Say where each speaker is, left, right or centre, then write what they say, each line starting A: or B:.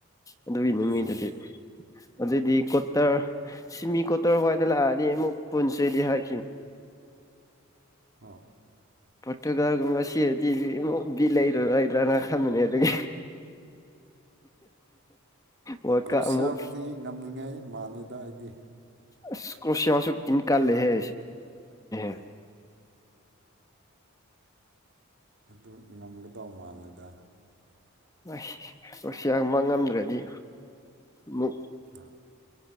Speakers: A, on the left (about 15°); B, on the right (about 55°).
A: ꯑꯗꯨꯏ ꯅꯨꯃꯤꯠꯗꯗꯤ
B: ꯃꯥꯅꯦ
A: ꯑꯗꯨꯑꯣꯏꯗꯤ ꯀꯣꯇꯔ ꯁꯤꯃꯤ ꯀꯣꯇꯔ ꯍꯣꯏꯗ ꯂꯥꯛꯑꯗꯤ ꯑꯃꯨꯛ ꯄꯨꯟꯁꯤꯗꯤ ꯍꯥꯏ
B: ꯑꯣ
A: ꯄꯔꯣꯇꯨꯒꯜ ꯉꯁꯤ <unintelligible> ꯂꯩꯔꯔꯣꯏꯗ꯭ꯔꯥ ꯈꯟꯕꯅꯤ ꯑꯃꯨꯛ ꯋꯥꯔꯜ
B: ꯀ꯭ꯔꯣꯁꯤꯌꯥꯕꯨꯗꯤ
A: ꯀꯞ ꯑꯃꯨꯛ
B: ꯉꯝꯅꯤꯡꯉꯥꯏ ꯃꯥꯜꯂꯦꯗ ꯑꯩꯗꯤ
A: ꯑꯁ ꯀꯣꯔꯁꯤꯌꯥꯁꯨ <unintelligible> ꯀꯥꯂꯦꯍꯦ <unintelligible>
B: ꯑꯗꯨ ꯉꯝꯒꯗꯧ ꯃꯥꯜꯂꯦꯗ
A: ꯑꯁ ꯔꯁꯤꯌꯥꯅ ꯉꯝꯗ꯭ꯔꯗꯤ ꯃꯨꯛ
B: ꯑꯥ